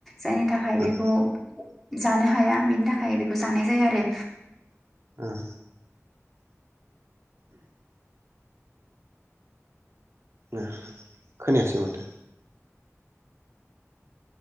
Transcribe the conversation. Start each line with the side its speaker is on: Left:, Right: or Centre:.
Centre: जायनि थाखाय
Right: ओं
Centre: बेखौ जानो हाया बेनि थाखाय बेखौ जानाय जाया आरो
Right: ओं ओं खोनायासै माथो